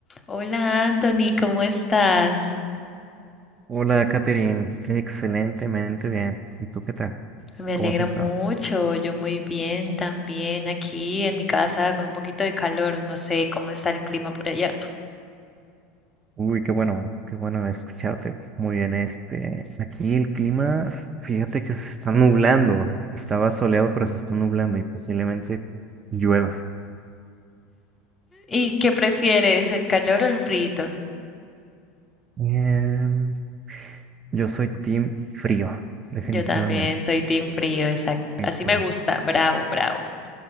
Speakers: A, on the left; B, on the right.
A: Hola Anthony, ¿cómo estás?
B: Hola, Catherine. Excelentemente bien. ¿Y tú qué tal?
A: Me alegra
B: ¿Cómo has estado?
A: mucho, yo muy bien también aquí en mi casa con un poquito de calor, no sé cómo está el clima por allá.
B: Uy, qué bueno, qué bueno escucharte. Muy bien, este, aquí el clima, fíjate que se está nublando. Estaba soleado, pero se está nublando y posiblemente llueva.
A: ¿Y qué prefieres, el calor o el frito?
B: Em, yo soy team frío, definitivamente.
A: Yo también soy team frío, exacto.
B: Eso
A: Así me
B: es.
A: gusta, bravo, bravo.